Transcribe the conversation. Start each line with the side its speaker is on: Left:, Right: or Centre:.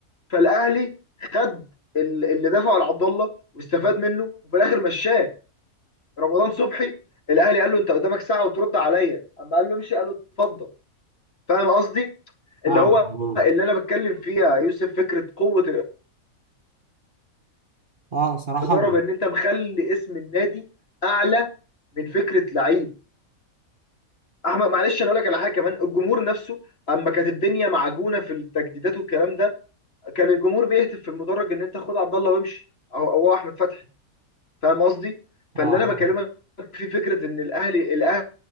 Left: فالاهلي خد ال- اللي دفعه لعبد الله واستفاد منه وفي الاخر مشاه رمضان صبحي الاهلي قال له انت قدامك ساعه وترد عليا اما قال له امشي قال له اتفضل فاهم قصدي اللي
Right: فاهمك
Left: هو
Right: عموما
Left: اللي انا بتكلم فيها يوسف فكره قوه
Right: اه صراحه
Left: اداره بان انت مخلي اسم النادي اعلى من فكره لعيب احمد معلش انا اقول لك على حاجه كمان الجمهور نفسه اما كانت الدنيا معجونه في التجديدات والكلام ده كان الجمهور بيهتف في المدرج ان انت خد عبد الله وامشي او هو احمد فتحي فاهم قصدي
Right: اه
Left: فاللي انا بكلمك في فكره ان الاهلي الاهلي